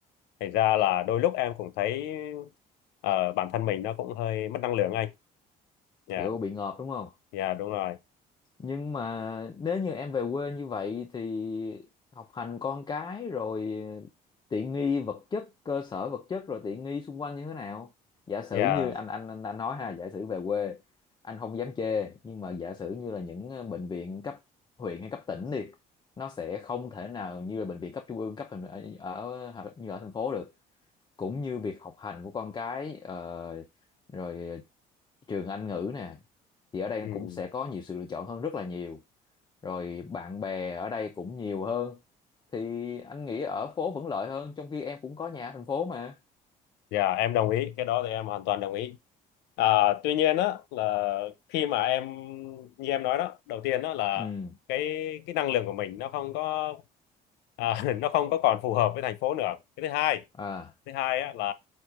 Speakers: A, on the left (about 90°); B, on the left (about 25°).
A: thành ra là đôi lúc em cũng thấy ờ, bản thân mình nó cũng hơi mất năng lượng anh dạ
B: hiểu bị ngợp đúng không?
A: dạ đúng rồi
B: nhưng mà nếu như em về quê như vậy thì học hành con cái rồi tiện nghi vật chất cơ sở vật chất rồi tiện nghi xung quanh như thế nào giả sử
A: dạ
B: như anh anh anh, anh nói ha giả sử về quê anh không dám chê nhưng mà giả sử như là những ờ, bệnh viện cấp huyện hay cấp tỉnh đi nó sẽ không thể nào như là bệnh viện cấp trung ương cấp thành ở, ở hoặc như ở thành phố được cũng như việc học hành của con cái ờ, rồi trường Anh ngữ nè thì ở đây
A: ừ
B: cũng sẽ có nhiều sự lựa chọn hơn rất là nhiều rồi bạn bè ở đây cũng nhiều hơn thì anh nghĩ ở phố vẫn lợi hơn trong khi em cũng có nhà ở thành phố mà
A: Dạ em đồng ý cái đó thì em hoàn toàn đồng ý à, tuy nhiên á là khi mà em như em nói đó đầu tiên đó là
B: ừ
A: cái cái năng lượng của mình nó không có à, <laughs> nó không có còn phù hợp với thành phố nữa cái thứ hai
B: à
A: thứ hai á là